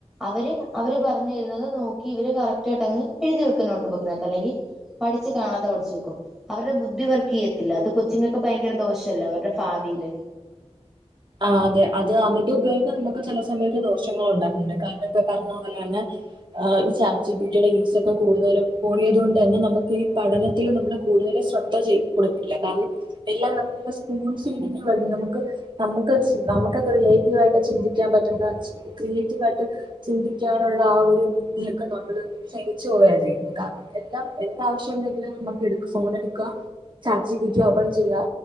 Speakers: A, in the centre; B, on the right (about 45°).
A: അവര് അവര് പറഞ്തരുന്നത് നോക്കി ഇവര് കറക്റ്റ് ആയിട്ട് അങ്ങ് എഴുതി വെക്ക നോട്ട് ബുക്കിനകത്ത്. അല്ലെങ്കിൽ പഠി കാണാതെ പഠിച്ചു വെക്കും അവരുടെ ബുദ്ധി വർക്കീയത്തില്ല അത് കൊച്ചുങ്കൾക്ക് ഭയങ്കര ദോഷല്ലോ അവരുടെ ഭാവിയില്
B: ആ അതെ അത് അമിത ഉപയോഗം നമുക്ക് ചില സമയത്ത് ദോഷങ്ങൾ ഉണ്ടാക്കുന്നുണ്ട്. കാരണം ഇപ്പൊ പറഞ്ഞ പോലെ തന്നെ ഈ ചാറ്റ് ജി. പി. ടിയുടെ യൂസ് ഒക്കെ കൂടുതലും ഴിയത കൊണ്ട് തന്നെ നമുക്ക് ഈ പഠനത്തിൽ നമ്മള് കൂടുതൽ ശ്രദ്ധ ചെയ കൊടുക്കില്ല കാരണം എല്ലാം നമ്മ സ്കൂൾ വേണ്ടി നമുക്ക് നമുക്ക് നമുക്ക് ക്രിയേറ്റീവ ആയിട്ട് ചിന്തിക്കാൻ പറ്റുന്ന ക്രിയേറ്റീവ ആയിട്ട് ചിന്തിക്കാനുള്ള ആ ഒരു ബുദ്ധിയൊക്കെ നമ്മള് ക്ഷയിച്ചു പോയ ചെയ്യുന്നത് കാരണം എല്ലാം എന്താവവശ്യം ഉണ്ടെങ്കിലും നമുക്ക് എ ഫോൺ എടുക്കുക chat G. P. T open ചെയ്യ